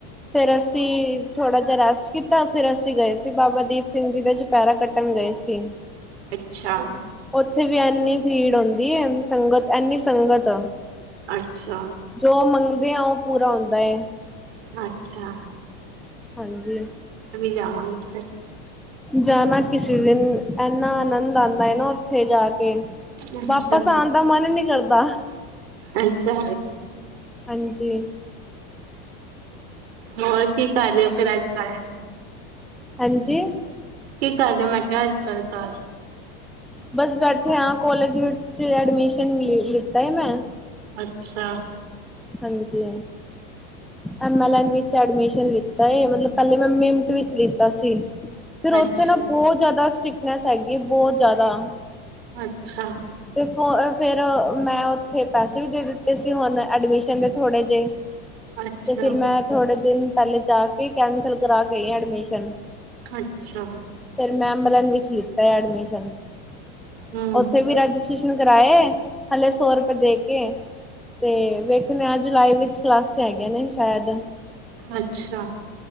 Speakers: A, in the centre; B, on the right.
A: ਫੇਰ ਅਸੀਂ ਥੋੜਾ ਜਿਹਾ ਰੈਸਟ ਕਿ ਕੀਤਾ ਫਿਰ ਅਸੀਂ ਗਏ ਸੀ ਬਾਬਾ ਦੀਪ ਸਿੰਘ ਜੀ ਦਾ ਚੁਪਹਿਰਾ ਕੱਟਣ ਗਏ ਸੀ
B: ਅੱਛਾ
A: ਉੱਥੇ ਵੀ ਇੰਨੀ ਭੀੜ ਆਉਂਦੀ ਹੈ ਸੰਗਤ ਇੰਨੀ ਸੰਗਤ
B: ਅੱਛਾ
A: ਜੋ ਮੰਗਦੇ ਆ ਉਹ ਪੂਰਾ ਹੁੰਦਾ ਹੈ
B: ਅੱਛਾ
A: ਹਾਂਜੀ
B: <inaudible>
A: ਜਾਣਾ ਕਿਸੇ ਦਿਨ ਇੰਨਾ ਆਨੰਦ ਆਉਂਦਾ ਹੈ ਨਾ ਉੱਥੇ ਜਾ ਕੇ
B: ਅੱਛਾ
A: ਵਾਪਸ ਆਉਣ ਦਾ ਮਨ ਨਹੀਂ ਕਰਦਾ।
B: ਅੱਛਾ
A: ਹਾਂਜੀ
B: ਹੋਰ ਕੀ ਕਰ ਰਹੇ ਹੋ ਫਿਰ ਅੱਜ ਕੱਲ
A: ਹਾਂਜੀ।
B: ਕੀ ਕਰ ਰਹੇ ਹੋ ਮੈਂ ਕਿਹਾ ਅੱਜ ਕੱਲ ਘਰ
A: ਬਸ ਬੈਠੇ ਹ ਕੋਲਜ 'ਚ ਐਡਮਿਸ਼ਨ ਲਿੱਤਾ ਹੈ ਮੈਂ
B: ਅੱਛਾ
A: ਹਾਂਜੀ ਐਮ ਏਲ ਐਨ ਵਿੱਚ ਐਡਮਿਸ਼ਨ ਲਿੱਤਾ ਹੈ ਮਤਲਬ ਪਹਿਲੇ ਮ ਟਵ ਲਿੱਤਾ ਸੀ। ਫਿਰ ਉੱਥੇ
B: ਅੱਛਾ
A: ਨਾ ਬਹੁਤ ਜ਼ਿਆਦਾ ਸਟ੍ਰਿਕਨੈਸ ਹੈਗੀ ਬਹੁਤ ਜ਼ਿਆਦਾ
B: ਅੱਛਾ
A: ਤੇ ਫ ਫਿਰ ਮੈਂ ਉੱਥੇ ਪੈਸੇ ਵੀ ਦੇ ਦਿੱਤੇ ਸੀ ਹੁਣ ਐਡਮਿਸ਼ਨ ਦੇ ਥੋੜੇ ਜ
B: ਅੱਛਾ
A: ਤੇ ਫਿਰ ਮੈਂ ਥੋੜੇ ਦਿਨ ਪਹਿਲੇ ਜਾ ਕੇ ਕੈਂਸਲ ਕਰਾ ਕੇ ਐਡਮਿਸ਼ਨ
B: ਅੱਛਾ
A: ਫਿਰ ਮੈਂ ਅਬਲਨ ਵਿੱਚ ਲਿੱਤਾ ਹੈ ਐਡਮਿਸ਼ਨ
B: ਹਮ
A: ਉੱਥੇ ਵੀ ਰਜਿਸਟ੍ਰੇਸ਼ਨ ਕਰਵਾਏ ਹਲੇ ਸੌ ਰੁਪਏ ਦੇ ਕੇ ਤੇ ਵੇਖਣੇ ਜੁਲਾਈ ਵਿੱਚ ਕਲਾਸ ਹੈਗੀਆਂ ਨੇ ਸ਼ਾਇਦ
B: ਅੱਛਾ